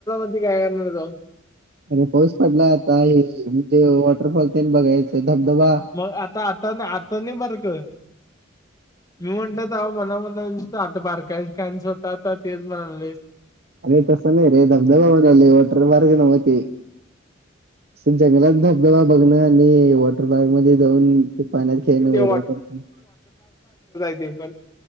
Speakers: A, on the left; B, on the right.
A: तिथं काय करणार आहे जाऊन?
B: अरे पाऊस पडलाय आता हे म्हणजे वॉटरफॉल तेन बघायचं. धबधबा
A: मग आता आता आता नाही बारक? मी म्हंटल जाऊ मला म्हणाला दिसत बारका हायस काय आणि स्वतः आता तेच म्हणाय लागलायस.
B: अरे तसं नाही रे धबधबा म्हणालोय वॉटर पार्क नव्हं ते. असं जंगलात धबधबा बघणं आणि वॉटर पार्क मध्ये जाऊन ते पाण्यात खेळणं
A: ते
B: वेगळ पडतंय.
A: मी पण